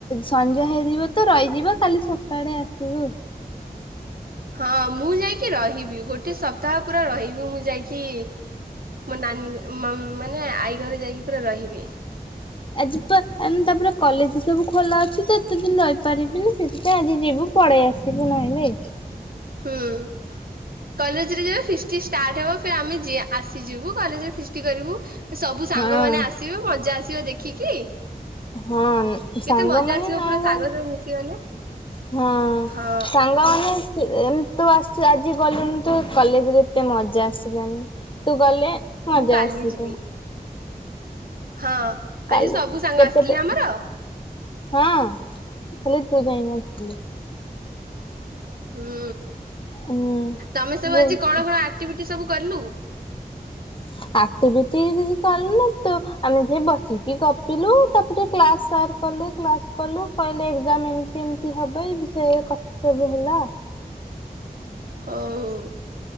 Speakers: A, on the left; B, on the right.
A: ସଞ୍ଜ ହେଇଯିବ ତ ରହିଯିବ କାଲି ସକାଡେ ଆସିବୁ ଆଉ।
B: ହଁ ମୁଁ ଯାଇକି ରହିବି ଗୋଟେ ସପ୍ତାହ ପୁରା ରହିବି ମୁଁ ଯାଇକି କି ମୋ ନାନୀ ମାନେ ଆଈ ଘରେ ଯାଇକି ପୁରା ରହିବି।
A: ଆଜି ପା ତାପରେ କଲେଜ ସବୁ ଖୋଲା ଅଛି ତ ଏତେ ଦିନ ରହିପାରିବିନି ସେଥିପାଇଁ ଆଜି ଯିବୁ ପଳେଇ ଆସିବୁ ନହଲେ।
B: ହୁଁ। କଲେଜରେ ଫିଷ୍ଟି ଷ୍ଟାର୍ଟ ହବ ଫିର୍ ଆମେ ଯି ଆସିଯିବୁ କଲେରେ ଫିଷ୍ଟୀ କରିବୁ। ସବୁ ସାଙ୍ଗମାନେ
A: ହଁ
B: ଆସିବେ ମଜା ଆସି ଆସିବ ଦେଖିକି
A: ହଁ ସାଙ୍ଗମାନେ
B: କେତେ ମଜା ଆସିବ
A: ନ
B: ପୁରା
A: ହଉ
B: ସାଙ୍ଗ ସାଥି ମିଶିଗଲେ
A: ହଁ
B: ହଁ
A: ସାଙ୍ଗମାନେ ଏ ତୁ ଆସି ଆଜି ଗଲୁନି ତୁ କଲେଜରେ ଏତେ ମଜା ଆସିଲାନି ତୁ ଗଲେ ମଜା
B: ମୁଁ କାଲି
A: ଆସିବ।
B: ଯିବି ହଁ
A: କାଲି
B: ଆଜି ସବୁ ସାଙ୍ଗ
A: କେତେଟା
B: ଆସିଥିଲେ ଆମର
A: ହଁ ଖାଲି ତୁ ଯାଇ ନଥିଲୁ
B: ହୁଁ।
A: ହୁଁ।
B: ତମେ ସବୁ ଆଜି କଣ କଣ ଆକ୍ଟିଭି ସବୁ କଲୁ।
A: କି ଅଟି ଭିଟି ସକଲୁ ନା ତ ଆମେ ସେ ବସିକି ଗପିଲୁ ତାପରେ କ୍ଲାସ କଲେ କ୍ କଲୁ କହିଲେ ଏ ଏମତି ଏମ ହବ ଏ ବିଷୟରେ କଥା ସବୁ ହେଲା।
B: ହଉ।